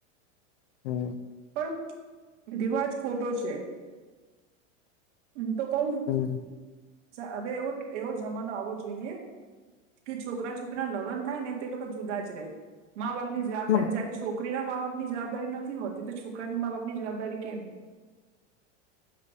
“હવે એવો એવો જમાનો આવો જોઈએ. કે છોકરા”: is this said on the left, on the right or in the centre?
Right